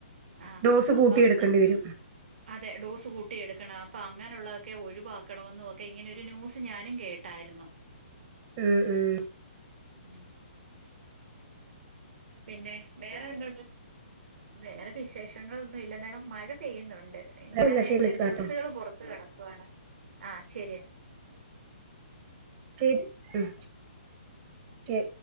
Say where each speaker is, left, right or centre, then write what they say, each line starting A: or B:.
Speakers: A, on the right; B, on the right.
A: ആഹ്
B: ഡോസ് കൂട്ടി
A: അപ്പം
B: എടുക്കേണ്ടി വരും
A: അതെ ഡോസ് കൂട്ടിയെടുക്കണം അപ്പം അങ്ങനെയുള്ളതൊക്കെ ഒഴിവാക്കണം എന്നുവൊക്കെ ഇങ്ങനെ ഒരു ന്യൂസ് ഞാനും കേട്ടായിരുന്നു
B: ഉം ഉം
A: ഉം പിന്നെ വേറെ എന്തുണ്ട് വേറെ വിശേഷങ്ങളൊന്നും ഇല്ല ന്താണ് മഴ പെയ്യുന്നുണ്ട് ഞാന്
B: എന്നാ ശരി
A: എന്റെ
B: വിളിക്കാട്ടോ
A: ഡ്രെസ്സുകള് പുറത്ത് കെടക്കുവാണ് ആഹ് ശരിയെന്നാ ഓക്കെ
B: ശരി ഉം ശരി